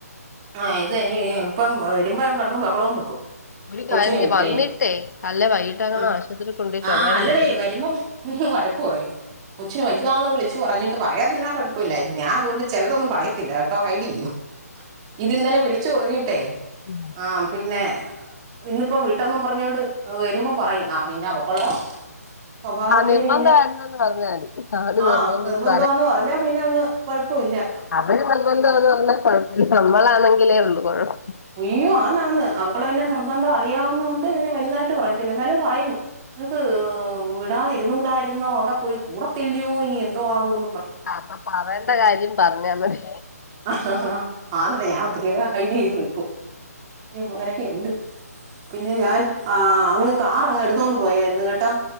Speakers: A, on the right; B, on the left.
A: ആഹ് ഇത് ഇതിനിയി ഇപ്പം വരുമ്പോ ഞാൻ കിടന്നു ബഹളോം വെക്കും
B: ഒരു
A: കൊച്ചിനെ
B: കാര്യം ചെയ്യ്
A: വിട്ടേന്
B: വന്നിട്ടേ അല്ലെ വൈകിട്ടങ്ങാണം
A: അ
B: ആശുപത്രി കൊണ്ടോയി ചുമയുടെ
A: ആ അല്ലടേ
B: മരുന്ന്
A: വരുമ്പം ഉം ഉം വഴക്കുപറയും കൊച്ചിനു വയ്യാന്നുവിളിച്ചു പറഞ്ഞിട്ട് പറയാതിരുന്നാ കുഴ പ്പവില്ലാരുന്നു ഞാനതുകൊണ്ട് ചിലതൊന്നും പറയത്തില്ല കേട്ടോ ഹൈഡ്ചെയ്യും. ഇതിന്നലെ വിളിച്ചു പറഞ്ഞിട്ടേ
B: പിന്നെ
A: ആം പിന്നെ ഇന്നിപ്പോം വീട്ടെന്നും പറഞ്ഞോണ്ടു വരുമ്പോ പറയും ആ പിന്നെ അവക്കൊള്ളെ സ്വഭാവത്തിനുപിന്നെ
B: ആഹ് നിർബന്ധമായിരുന്നെന്ന് പറഞ്ഞാ മതി അവര്
A: ആ
B: നിർബന്ധിച്ചു
A: നിർബന്ധാന്ന് പറഞ്ഞാ പിന്നങ്ങ് കുഴപ്പവില്ല
B: അവരുനിർബന്ധാന്നു പറഞ്ഞാ കൊഴപ്പവില്ല നമ്മളാണെങ്കിലേയുള്ളു കൊഴപ്പം.
A: ഉയ്യോ ആന്നാന്ന് അവാക്കൊള്ള പിന്നെ നിർബന്ധം അറിയാവുന്ന കൊണ്ട് പിന്നെ വലുതായിട്ടുപറയത്തില്ല എന്നാലും പറയും. നിനക്ക് വിടാതിരുന്നൂകൂടാരുന്നോ അവിടെ പോയി കൂടത്തില്ലയോ ഇനി എന്തോ ആവുന്നും
B: അപ്പ പറയണ്ടകാര്യം പറഞ്ഞാ മതി
A: ആഹ ഹ ഹ ആന്നേ ഞാനോത്തിരിയൊക്കെ ഹൈഡുചെയ്തുവെക്കും യ്യോ അങ്ങനൊക്കെയുണ്ട്. പിന്നെ ഞാൻ ആ അങ്ങ് കാറങ്ങെടുത്തോണ്ടു പോയാരുന്നു കെട്ടോ.